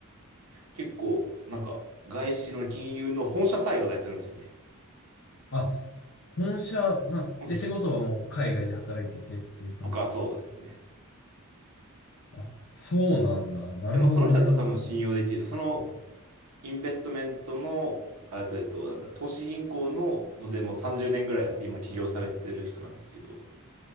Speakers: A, on the right (about 80°); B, on the left (about 60°).
A: 結構、なんか、外資の金融の本社さえ話題するんですよね。
B: あ、本社な、
A: 本社
B: え、ってことはもう海外で働いててっていう感じ。
A: とか、そうですね。
B: あ、そうなんだ。なるほどね。
A: で、まあ、その人だったら多分信用できる。
B: ま
A: そのインベストメントの、あれと、えっと、なんだ、投資銀行の、もうでも30年ぐらいやって今起業されてる人なんですけど、